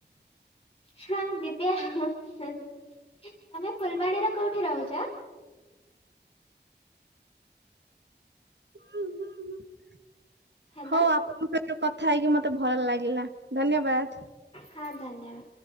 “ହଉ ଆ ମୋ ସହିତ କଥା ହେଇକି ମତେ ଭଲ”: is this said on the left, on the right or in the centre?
Right